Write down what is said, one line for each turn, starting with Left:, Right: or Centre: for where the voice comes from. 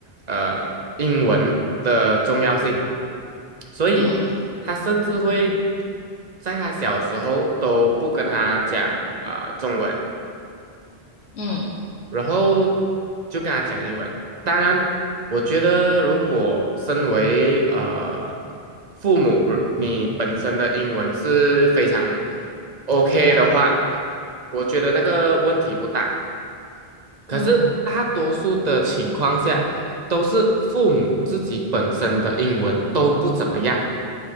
Right: 呃英文的重要性，所以他甚至会
Left: 嗯
Right: 在他小时候都不跟他讲呃中文。
Left: 嗯
Right: 然后就跟他讲英文。当然，我觉得如果身为呃父母，如你本身的英文是非常 OK 的话，我觉得那个问题不大。可是大多数的情况下，
Left: 嗯
Right: 都是父母自己本身的英文都不怎么样。